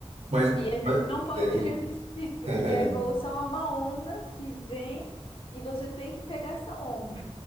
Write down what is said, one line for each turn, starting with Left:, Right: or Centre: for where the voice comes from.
Right: mas,
Left: e a gente
Right: mas-
Left: não pode
Right: é.
Left: <laughs> resistir, porque
Right: <laughs>
Left: a evolução é uma onda que vem e você tem que pegar essa onda.